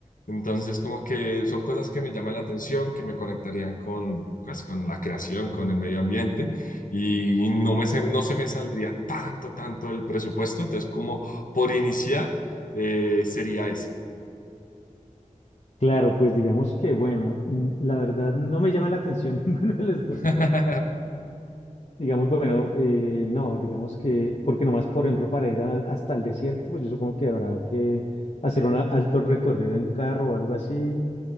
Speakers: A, on the left; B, on the left.
A: Entonces, como que son cosas que me llaman la atención, que me conectarían con, pues, con la creación, con el medio ambiente, y no me se, no se me saldría tanto, tanto el presupuesto. Entonces, como por iniciar, eh, sería eso.
B: claro, pues digamos que, bueno, mm, la verdad no me llama la atención <laughs> ninguno de los dos.
A: <laughs>
B: Digamos, bueno, eh, no, digamos que, porque nomás, por ejemplo, para ir al- hasta el desierto, pues yo supongo que habrá que hacer un a- alto recorrido en carro o algo así.